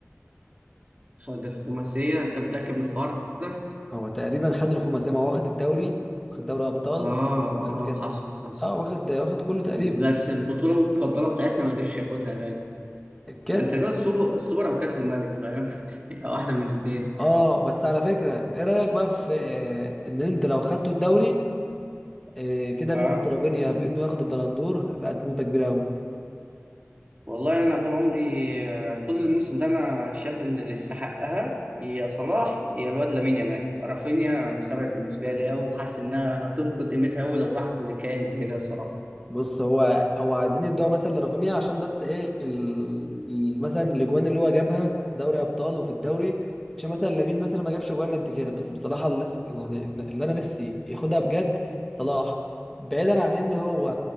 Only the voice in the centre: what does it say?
هو تقريبا خد الخماسية ما هو واخد الدوري واخد دوري أبطال
واخد كأس
اه واخد واخد كله تقريبا
الكاس
اه بس على فكرة ايه رأيك بقى في آه، ان انت لو خدته الدوري آه، كده
نسبة رافينيا في انه ياخد البلندور بقت نسبة كبيرة قوي
بص هو هو عايزين يدوها مثلا لرافينيا عشان بس ايه ال... ال- مثلا الاجوان اللي هو جابها في دوري ابطال وفي الدوري عشان مثلا لامين مثلا ما جابش اجوان قد كده بس بصراحه ال- يعني اللي انا نفسي ياخدها بجد صلاح بعيدا عن ان هو